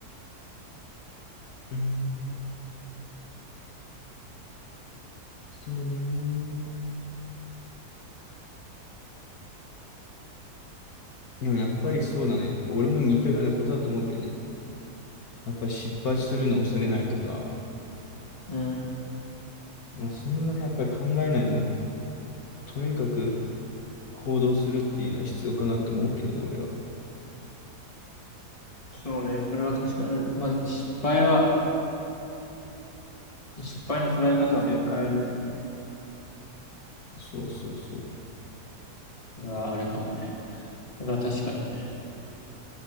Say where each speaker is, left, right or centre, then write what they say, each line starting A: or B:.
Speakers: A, on the left; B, on the left.
A: う。うーん。そうね。でもやっぱりそうだね。俺も似たようなことだと思うけどね。やっぱり失敗するのを恐れないとか、
B: うん。
A: まあそんなやっぱり考えないでも、とにかく行動するっていうのは必要かなって思うけどね、俺は。
B: そうね。それは確かに。まあ、失敗は、失敗の捉え方はね、変えるみたいなね。
A: そうそうそう。
B: それはあるかもね。それは確かに。確